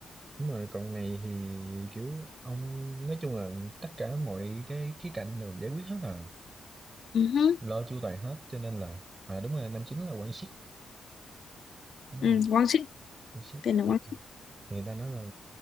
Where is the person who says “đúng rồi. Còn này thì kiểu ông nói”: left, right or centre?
Right